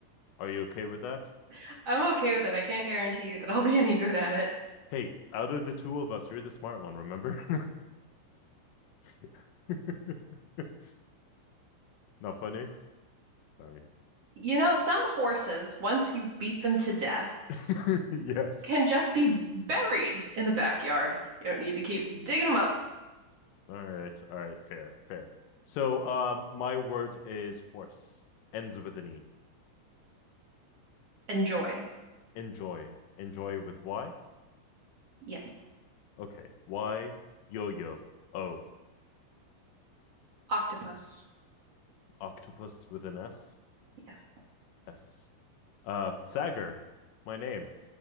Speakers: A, on the left (about 80°); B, on the right (about 40°).
A: Are you okay with that?
B: <laughs> I'm okay with it. I can't guarantee you that I'll be any good at it.
A: Hey, out of the two of us, you're the smart one, remember? <laughs> Not funny? Sorry.
B: You know, some horses, once you beat them to death,
A: <laughs> yes.
B: can just be buried in the backyard. You don't need to keep digging them up.
A: All right. All right. Fair. Fair. So um my word is horse. Ends with an E.
B: Enjoy.
A: Enjoy. Enjoy with Y.
B: Yes.
A: Okay. Y yo yo. O.
B: Octopus.
A: Octopus with an S.
B: Yes.
A: S. Um Sagar. My name.